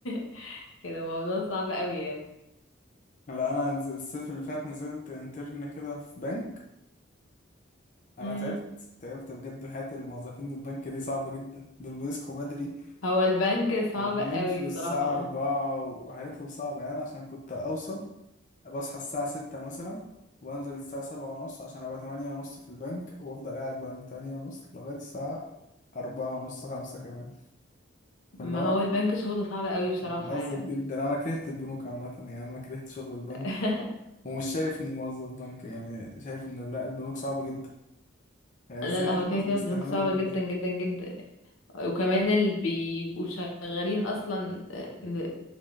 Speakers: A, on the left (about 80°); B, on the left (about 35°).
A: <laughs> كده الموضوع صعب قوي
B: لا انا نز- الصيف اللي فات نزلت انترن كده في بنك انا
A: يعني
B: تعبت تعبت بجد حياة الموظفين البنك دي صعبة جدا دول بيصحوا بدري
A: هو البنك صعب
B: وبيمشوا
A: قوي صراحة
B: الساعة
A: اه
B: 4 وحياتهم صعبة يعني أنا عشان كنت اوصل بصحى الساعة ستة مثلا وأنزل الساعة سبعة ونص عشان أبقى تمانية ونص في البنك وأفضل قاعد بقى من تمانية ونص لغاية الساعة أربعة ونص خمسة كمان فاللي
A: ما
B: هو
A: هو البنك شغله صعب قوي بصراحة
B: متعذب
A: يعني
B: جدا أنا كرهت البنوك عامة يعني أنا كرهت شغل البنك
A: <laughs>
B: ومش شايف إني موظف بنك يعني شايف إن لأ البنوك صعبة جدا يعني
A: لا
B: إزاي
A: لا
B: في
A: هو
B: ناس
A: كده كده
B: بيستحملوا
A: البنوك صعبة
B: كده
A: جدا جدا جدا وكمان اللي بيبقوا شغالين اصلا آه،